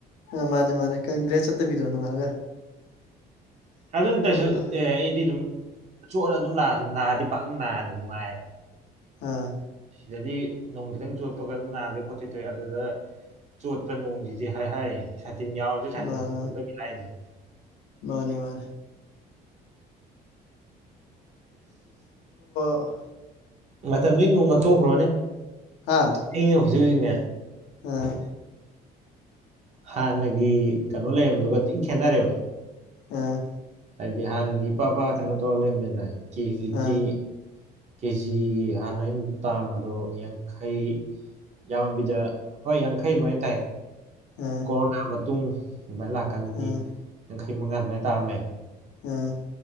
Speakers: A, on the left (about 85°); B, on the right (about 40°).
A: ꯑꯥ ꯃꯥꯅꯦ ꯃꯥꯅꯦ ꯀꯪꯗ꯭ꯔꯦ ꯍꯥꯏꯔ ꯆꯠꯇꯕꯤꯗꯣ ꯅꯣꯡꯉꯥꯜꯂꯒ
B: ꯑꯗꯨꯇꯁꯨ
A: ꯑꯥ
B: ꯑꯩꯗꯤ ꯑꯗꯨꯝ ꯆꯣꯠꯂ ꯑꯗꯨꯝ ꯂꯥꯛꯑꯁꯨ ꯅꯗꯤ ꯄꯥꯛꯅ ꯅꯗꯦ ꯅꯨꯡꯉꯥꯏꯌꯦꯕ
A: ꯑꯥ
B: ꯁꯤꯗꯗꯤ ꯅꯣꯡ ꯈꯤꯇꯪ ꯆꯣꯠꯄꯒ ꯑꯗꯨꯝ ꯅꯗꯣꯏ ꯈꯣꯠꯇꯣꯏ ꯇꯧꯏ ꯑꯗꯨꯗ ꯆꯣꯠꯄ ꯅꯣꯡꯁꯤꯗꯤ ꯍꯥꯏ ꯍꯥꯏ ꯁꯥꯇꯤꯟ ꯌꯥꯎꯔꯁꯨ ꯁꯥꯇꯤꯟ
A: ꯃꯥꯅꯦ
B: ꯈꯟꯗꯣꯛꯇꯕꯤ ꯂꯥꯛꯏꯅꯤ
A: ꯃꯥꯅꯦ ꯃꯥꯅꯦ ꯑ
B: ꯃꯇꯝꯗꯨꯏ ꯅꯣꯡꯒ ꯇꯣꯛꯈ꯭ꯔꯣꯅꯦ
A: ꯍꯥ
B: ꯑꯩꯅ ꯍꯨꯖꯤꯛ ꯍꯨꯖꯤꯛꯅꯦ
A: ꯑꯥ
B: ꯍꯥꯟꯅꯒꯤ ꯀꯩꯅꯣ ꯂꯩꯔꯝꯕꯗꯨꯒ ꯊꯤ ꯈꯦꯠꯅꯔꯦꯕ
A: ꯑ
B: ꯍꯥꯏꯗꯤ ꯍꯥꯟꯅꯗꯤ ꯏꯄꯥ ꯄ ꯀꯩꯅꯣ ꯇꯧꯔ ꯂꯩꯔꯝꯕꯅꯤꯅ <unintelligible>
A: ꯑꯥ
B: ꯇꯤ ꯀꯦꯖꯤ ꯍꯥꯟꯅ ꯑꯩꯅ ꯇꯥꯔꯝꯕꯗꯣ ꯌꯥꯡꯈꯩ ꯌꯥꯝꯃꯕꯤꯗ ꯍꯣꯏ ꯌꯥꯡꯈꯩ ꯑꯗꯨꯃꯥꯏꯅ ꯇꯥꯏ
A: ꯑꯥ
B: ꯀꯣꯔꯣꯅ ꯃꯇꯨꯡ ꯑꯗꯨꯃꯥꯏ ꯂꯥꯛꯀꯟꯗꯗꯤ
A: ꯑꯥ
B: ꯌꯥꯡꯈꯩ ꯃꯉꯥ ꯑꯗꯨꯃꯥꯏꯅ ꯇꯥꯔꯝꯃꯦ
A: ꯎꯝ